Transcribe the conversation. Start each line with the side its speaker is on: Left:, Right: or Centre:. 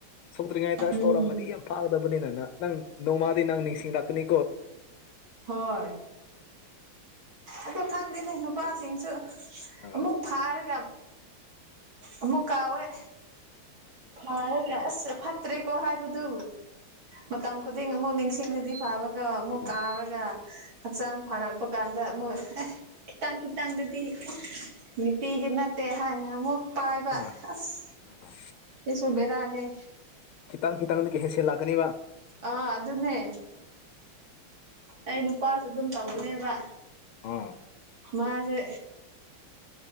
Left: ꯁꯣꯛꯇ꯭ꯔꯤꯉꯩꯗ ꯑꯁ
Right: ꯎꯝ
Left: ꯇꯧꯔꯝꯃꯗꯤ ꯌꯥꯝ ꯐꯥꯒꯗꯕꯅꯤꯅꯅ ꯅꯪ ꯅꯣꯡꯃꯥꯗꯤ ꯅꯪ ꯅꯤꯡꯁꯤꯡꯂꯛꯀꯅꯤ
Right: ꯍꯣꯏ ꯑꯗꯨ ꯈꯪꯗꯦꯅꯦ ꯅꯨꯄꯥꯁꯤꯡꯁꯨ
Left: ꯑꯥ
Right: ꯑꯃꯨꯛ ꯐꯥꯔꯒ ꯑꯃꯨꯛ ꯀꯧꯈꯔ‌ꯦ ꯐꯥꯔꯒ ꯑꯁ ꯐꯠꯇ꯭ꯔꯦꯀꯣ ꯍꯥꯏꯕꯗꯨ ꯃꯇꯝ ꯈꯨꯗꯤꯡ ꯑꯃꯨꯛ ꯅꯤꯡꯁꯤꯡꯂꯗꯤ ꯐꯕ ꯗ‌ꯣ ꯑꯃꯨꯛ
Left: ꯎꯝ
Right: ꯀꯧꯔꯒ ꯍꯛꯆꯥꯡ ꯐꯔꯛꯄ ꯀꯥꯟꯗ ꯑꯃꯨꯛ ꯈꯤꯇꯪ ꯈꯤꯇꯪꯗꯨꯗꯤ ꯅꯨꯡꯇꯤꯒꯤ ꯅꯠꯇꯦ ꯍꯥꯏꯅ ꯑꯃꯨꯛ ꯄꯥꯏꯕ
Left: ꯑꯥ
Right: ꯑꯁ
Left: ꯑꯥ
Right: ꯁꯤꯁꯨ ꯕꯦꯔꯅꯦ
Left: ꯈꯤꯇꯪ ꯈꯤꯇꯪꯗ ꯒꯤ ꯍꯦꯟꯁꯦꯜ ꯂꯥꯛꯀꯅꯤꯕ
Right: ꯑꯥ ꯑꯗꯨꯅꯦ ꯑꯩ ꯅꯨꯄꯥꯁꯨ ꯑꯗꯨꯝ ꯇꯧꯕꯅꯦꯕ
Left: ꯑꯥ
Right: ꯃꯥꯁꯦ